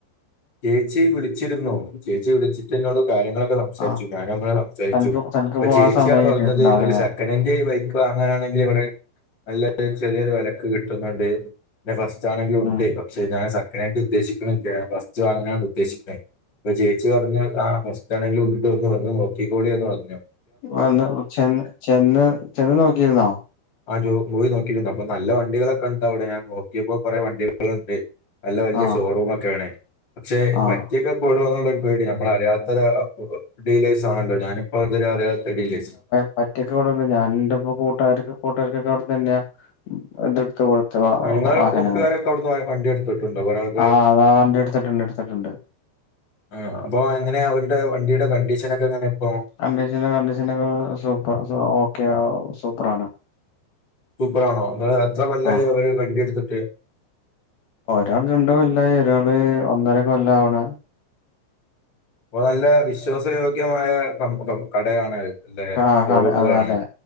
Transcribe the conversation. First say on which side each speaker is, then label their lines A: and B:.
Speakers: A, on the left; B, on the left.
A: ചേച്ചി വിളിച്ചിരുന്നു. ചേച്ചി വിളിച്ചിട്ടെന്നോടു കാര്യങ്ങളൊ സംസാരിച്ചു.
B: ആഹ്
A: ഞാനുമായി സംസാരിച്ചു,
B: തനിക്ക് തനിക്ക്
A: അപ്പൊ
B: പോവാൻ
A: ചേച്ചിയാണ്പറഞ്ഞത്
B: സമയം കിട്ടിയിട്ടുണ്ടാവൂലല്ലേ
A: ഒരു സ നെനക്ക് ബൈക്കുവാങ്ങാനാണങ്കിലിവിടെ നല്ലൊരു ചെറിയൊരു വിലക്ക് കിട്ടുന്നുണ്ട് എറെ ഫസ്റ്റാണെങ്കിലും ഉണ്ട്.
B: ഉം
A: പക്ഷെ ഞാ <inaudible> ൻ സക്കനായിട്ട് ഉദ്ദേശിക്കുന്നില്ല ബസ്‌വാങ്ങാണുദ്ദേശിക്കുന്നത്. അപ്പൊ ചേച്ചി പറഞ്ഞു ആ ഹോസ്റ്റലിലൊരു.. ഇന്നു വന്നുനോക്കിക്കോളിയെന്നുപറഞ്ഞു.
B: വന്ന് ചെന്ന്, ചെന്ന്, ചെന്നുനോക്കിയിരുന്നോ
A: ആ ജോയി പോയി നോക്കിയിരുന്നു. അപ്പൊ നല്ല വണ്ടികളൊക്കെയുണ്ടവിടെ. ഞാൻ നോക്കിയപ്പോ കുറെ വണ്ടികളുണ്ട്. നല്ല വലിയഷോറൂമൊക്കെആണേആണ്
B: ആഹ്
A: പക്ഷെപറ്റിക്കപ്പെടുവോ
B: ആഹ്
A: ന്നൊരു.. പേടി, നമ്മളറിയാത്തൊരു ഡീലേഴ്സ് ആണല്ലോ ഞാനിപ്പോ ഇത്വരെ അറിയാത്ത ഡീലേഴ്സ്
B: ഒറ്റക്ക്ക്കൂടുല ഞാനെന്റെ യിപ്പ കൂട്ടുകാർ, കൂട്ടുകാർക്കൊക്കെ അവിടുന്നുതന്നെയാ വണ്ടിയെടുത്ത് <unintelligible>
A: നിങ്ങൾ
B: വാഹനങ്ങളോ
A: കൂട്ടുകാരൊക്കെ അവിടുന്ന് വ- വണ്ടി എടുത്തിട്ടുണ്ടോ കുറെ ആൾക്കാർ
B: ആഹ്... അതാ വണ്ടിയെടുത്തിട്ടുണ്ടെടുത്തിട്ടുണ്ട്
A: ആഹ്.. അപ്പൊയെങ്ങനെയാ, അവരുടെ വണ്ടിയുടെ കണ്ടീഷനൊക്കെയെങ്ങനെയിപ്പോ
B: കണ്ടീഷന്, കണ്ടീഷനൊക്കെ സൂപ്പർ, ഓക്കെയാ സൂപ്പറാണ്
A: സൂപ്പറാണോ, അത് എത്ര കൊല്ലായി
B: ആഹ്
A: ഓല് വണ്ടിയെടുത്തിട്ട്
B: ഒരാൾ രണ്ടുകൊല്ലായി, ഒരാള് ഒന്നരകൊല്ലവണ്.
A: അപ്പോ നല്ല വിശ്വാസയോഗ്യമായ കം.. കം.. കടയാണത് അതെ
B: ആഹ്
A: ഷോറൂമുകളാണ്
B: കട അതെ അതെ.